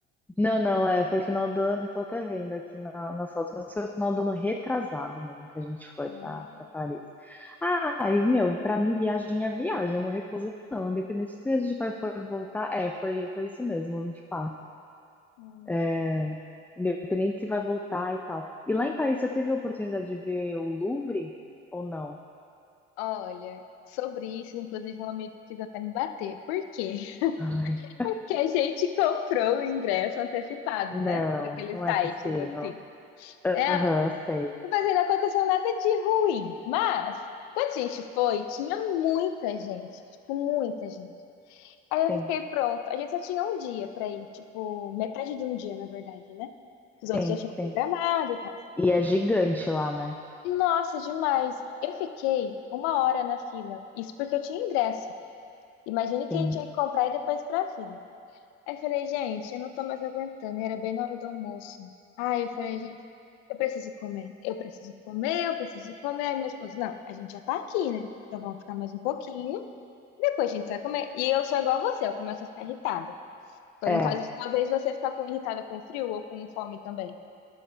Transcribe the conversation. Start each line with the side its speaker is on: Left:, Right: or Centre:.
Centre: Não, não, é, foi final do ano, tô até vendo aqui na, nas fotos, mas foi final do ano retrasado mesmo que a gente foi
Left: Ah,
Centre: pra, pra Paris. Ah, aí, meu, pra mim viagem é viagem, eu não recuso não, independente se a gente vai for voltar, é, foi, foi isso mesmo, 24.
Left: hum.
Centre: É, independente se vai voltar e tal. E lá em Paris, você teve a oportunidade de ver o Louvre ou não?
Left: Olha, sobre isso, inclusive um amigo quis até me bater. Por quê? <laughs>
Centre: Ai,
Left: Porque a gente comprou o ingresso antecipado,
Centre: não,
Left: né? Por aqueles
Centre: não é
Left: sites
Centre: possível.
Left: assim. É,
Centre: Aham, sei.
Left: Mas aí não aconteceu nada de ruim. Mas, quando a gente foi, tinha muita gente. Tipo, muita gente. Aí
Centre: Sim,
Left: eu fiquei pronto. A gente só tinha um dia pra ir. Tipo, metade de um dia, na verdade, né? Os outros
Centre: sim,
Left: já tinham
Centre: sim.
Left: programado e tal.
Centre: E é gigante lá, né?
Left: Nossa, demais. Eu fiquei uma hora na fila. Isso porque eu tinha ingresso. Imagine quem
Centre: Sim.
Left: tinha que comprar e depois pra fila. Aí eu falei, gente, eu não tô mais aguentando. E era bem na hora do almoço. Aí eu falei, gente. Eu preciso comer, eu preciso comer, eu preciso comer. Aí meu esposo, não, a gente já tá aqui, né? Então vamos ficar mais um pouquinho, depois a gente vai comer. E eu sou igual a você, eu começo a ficar irritada. Então,
Centre: É,
Left: No caso, talvez você ficar com, irritada com frio ou com fome também.